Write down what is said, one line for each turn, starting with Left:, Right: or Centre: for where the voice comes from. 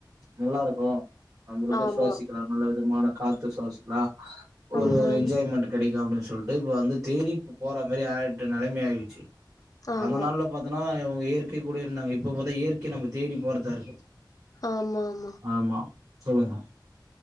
Right: நல்லா இருக்கு நம்மளுக்கு
Left: ஆமா
Right: சுவாசிக்கலா
Left: ஆமா
Right: நல்ல விதமான காத்து ஸ்வாசிக்கலா ஒரு
Left: ஆமா
Right: ஒரு
Left: ஆமா
Right: என்ஜாய்மெண்ட் கிடைக்கு அப்டின் சொல்ட்டு இப்ப வந்து தேடி இப்ப போற மாரி ஆய்ட்டு நிலமை ஆய்டுச்சு
Left: ஆமா
Right: அந்த நாள்ல பாத்தோன்னா இவங்க இயற்கை கூடயே இருந்தாங்க இப்பு பாத்தா இயற்கை நம்ம தேடி போற்தாருக்கு
Left: ஆமாமா
Right: ஆமா சொல்லுங்க